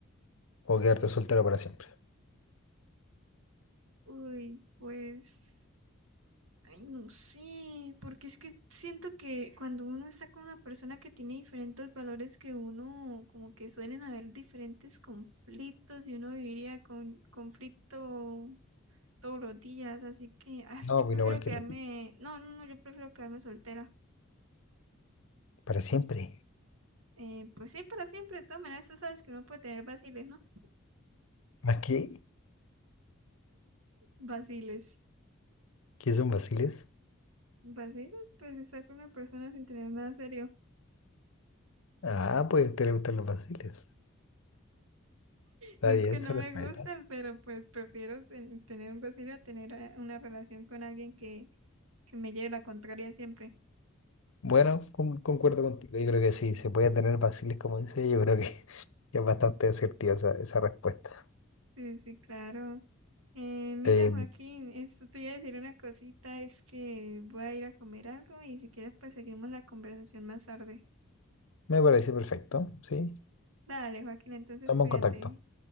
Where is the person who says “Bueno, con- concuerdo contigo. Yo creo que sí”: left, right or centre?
Left